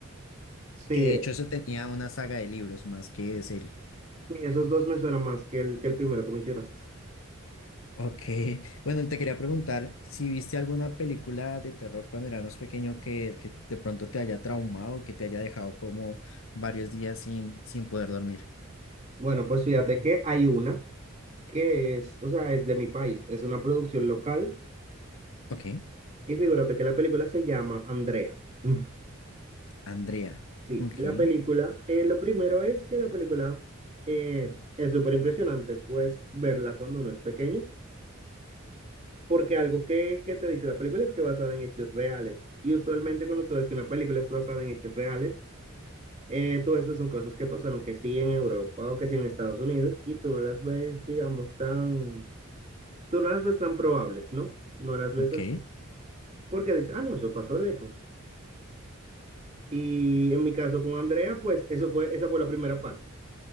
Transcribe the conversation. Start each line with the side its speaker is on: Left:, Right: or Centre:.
Right: Sí,
Left: que de
Right: eh,
Left: hecho eso tenía una saga de libros más que de serie.
Right: sí, esos dos me suenan más que el, que el primero que mencionaste.
Left: Ok, <laughs> bueno, te quería preguntar si viste alguna película de terror cuando eras más pequeño que, que de pronto te haya traumado, que te haya dejado como varios días sin, sin poder dormir.
Right: Bueno, pues fíjate que hay una que es, o sea, es de mi país, es una producción local
Left: Ok,
Right: y figúrate que la película se llama Andrea. <laughs>
Left: Andrea.
Right: Sí,
Left: Ok,
Right: la película, eh, lo primero es que la película eh, es súper impresionante, pues verla cuando uno es pequeño. Porque algo que, que te dice la película es que es basada en hechos reales. Y usualmente cuando tú ves que una película es basada en hechos reales, eh, tú ves que son cosas que pasaron que sí en Europa o que sí en Estados Unidos y tú no las ves, digamos, tan, tú no las ves tan probables, ¿no? No las ves
Left: ok.
Right: así. Porque dices, ah, no, eso pasó lejos. Y en mi caso con Andrea, pues eso fue, esa fue la primera parte.